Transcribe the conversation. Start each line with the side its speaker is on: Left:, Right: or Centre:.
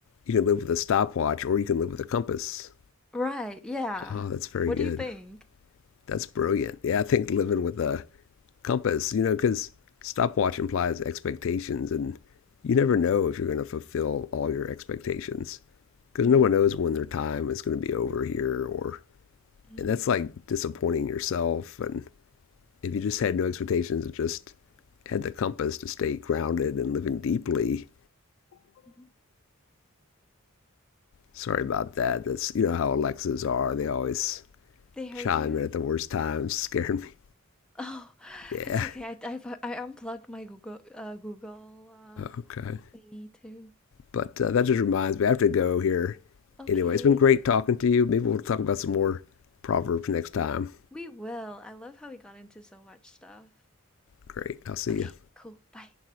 Left: you can live with a stopwatch or you can live with a compass.
Centre: Right, yeah.
Left: Oh, that's very
Centre: What
Left: good.
Centre: do you think?
Left: That's brilliant. Yeah, I think living with a compass, you know, because stopwatch implies expectations, and you never know if you're going to fulfill all your expectations because
Centre: Mm,
Left: no one knows when their time is going to be over here, or
Centre: mm,
Left: and that's like disappointing yourself. And if you just had no expectations and just had the compass to stay grounded and living deeply,
Centre: mhm.
Left: sorry about that. That's you know how Alexas are; they always
Centre: They heard
Left: chime
Centre: you?
Left: in at the worst times, <laughs> scaring me.
Centre: Oh, <sighs>
Left: Yeah.
Centre: it's okay. I I've, I unplugged my Google uh, Google uh,
Left: Okay.
Centre: thingy too.
Left: But uh, that just reminds me, I have to go here.
Centre: Okay,
Left: Anyway, it's been great talking to you. Maybe we'll talk about some more proverbs next time.
Centre: we will. I love how we got into so much stuff.
Left: Great. I'll see
Centre: Okay,
Left: you.
Centre: cool. Bye.